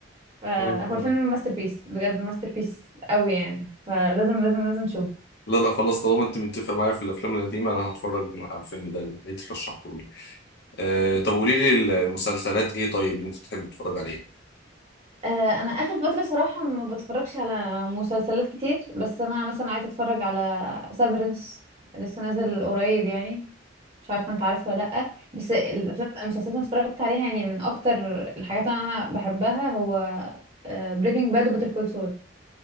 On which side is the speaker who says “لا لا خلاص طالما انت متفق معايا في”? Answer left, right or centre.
Left